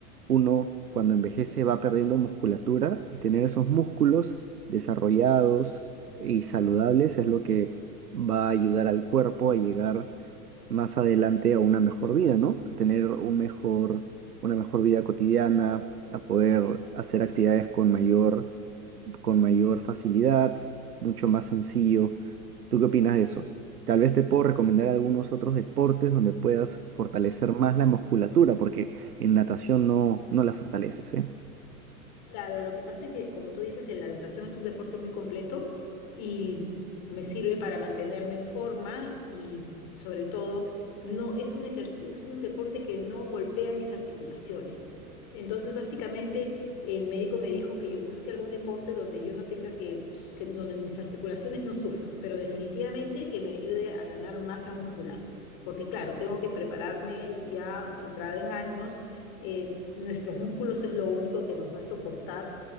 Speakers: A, on the right (about 85°); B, on the left (about 45°).
A: uno cuando envejece va perdiendo musculatura y tener esos músculos desarrollados y saludables es lo que va a ayudar al cuerpo a llegar más adelante a una mejor vida, ¿no? A tener un mejor, una mejor vida cotidiana, a poder hacer actividades con mayor con mayor facilidad, mucho más sencillo. ¿Tú qué opinas de eso? Tal vez te puedo recomendar algunos otros deportes donde puedas fortalecer más la musculatura, porque en natación no, no la fortaleces, ¿eh?
B: Claro, lo que pasa es que, como tú dices, el- la natación es un deporte muy completo y me sirve para mantenerme en forma y sobre todo no es un ejercicio, es un deporte que no golpea mis articulaciones. Entonces, básicamente, el médico me dijo que yo busque algún deporte donde yo no tenga que, pues, que donde mis articulaciones no sufran, pero definitivamente que me ayude a ganar masa muscular. Porque claro, tengo que prepararme ya entrada en años eh, nuestros músculos es lo único que nos va a soportar